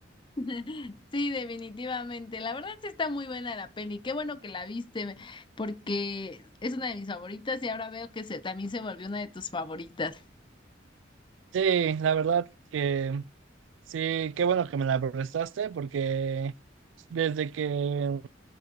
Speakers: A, on the left; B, on the right.
A: <laughs> Sí, definitivamente. La verdad sí está muy buena la peli. Qué bueno que la viste, porque es una de mis favoritas y ahora veo que se, también se volvió una de tus favoritas.
B: Sí, la verdad que sí, qué bueno que me la prestaste porque desde que